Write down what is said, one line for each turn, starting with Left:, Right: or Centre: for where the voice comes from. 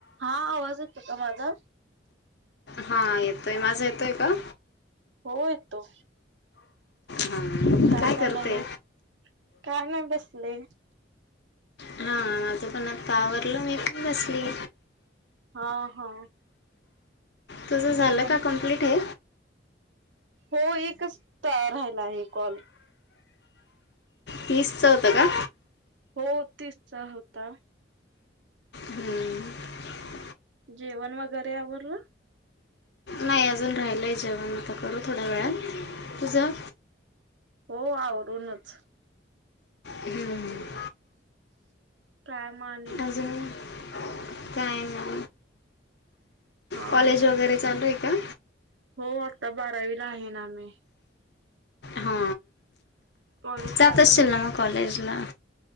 Right: हा आवाज येते का माझा
Left: हा येतोय माझा येतोय का
Right: हो येतो.
Left: हां
Right: काय चाल
Left: करते
Right: आहे काय नाही बसले
Left: हा आता पण आतावरलो मी पण बसली
Right: हा हा
Left: तुझं झालं
Right: जेवण
Left: का कमप्लीट हे
Right: हो एकच राहिला आहे कॉल
Left: फीस चवत का
Right: हो तिचचा होता
Left: हम्म
Right: जेवण वगैरे यावर
Left: नाही अजून राहियलाही जेवण आता कू थोड्या वेळात तुझं
Right: हो आवडूनच
Left: हम्
Right: काय माने
Left: अजून काय ना
Right: हा
Left: कॉलेज
Right: हा.
Left: वगैरे चालूय का
Right: हो आत्ता बारावीला आहे ना आ्ही
Left: हा
Right: कॉलेज
Left: जातशील
Right: चालू आहे.
Left: ना मग कॉलेजला